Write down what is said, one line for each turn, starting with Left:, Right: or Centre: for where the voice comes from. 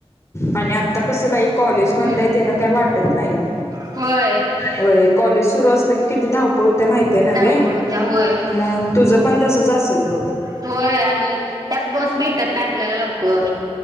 Left: आणि आता कस बाईक. कॉलेज बंद
Right: हम्म
Left: आहे तेना काय वाटत नाही.
Right: होय
Left: हो कॉलेज सुरू असलं की किती धावपळ. त्या माहित आहे नव्
Right: धावपळ होत्या होय.
Left: मग तुझं पण तसच असेल बघ.
Right: होय आणि त्यात बस भेटत ना आपल्याला लवकर.